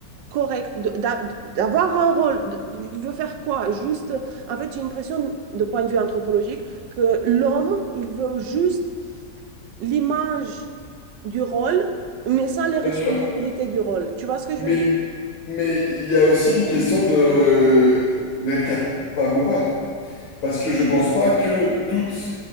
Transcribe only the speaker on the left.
bien sûr.
Mais
Mais il y a aussi une question de d'être capable ou pas. Parce que je pense pas que tout